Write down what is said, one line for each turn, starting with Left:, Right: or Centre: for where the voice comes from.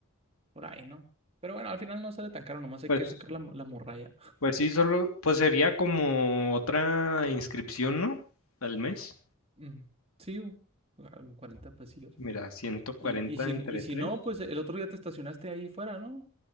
Right: por ahí, ¿no? Pero bueno, al final no sale tan caro, nomás hay
Left: Pues
Right: que sacar la, la morralla.
Left: Pues sí, solo, pues sería como otra inscripción, ¿no? Al mes.
Right: Mm, Sí, un ah, un pesillos.
Left: Mira, 140
Right: Y, y, si,
Left: entre
Right: y si
Left: 3.
Right: no, pues el otro día te estacionaste ahí fuera, ¿no?